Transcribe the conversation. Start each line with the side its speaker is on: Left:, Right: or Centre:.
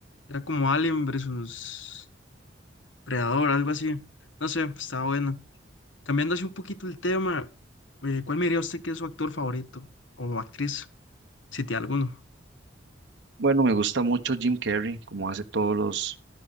Left: Era como Alien versus Predador, algo así. No sé, estaba bueno. Cambiando así un poquito el tema, eh, ¿cuál me diría usted que es su actor favorito o actriz, si tiene alguno?
Right: Bueno, me gusta mucho Jim Carrey, como hace todos los,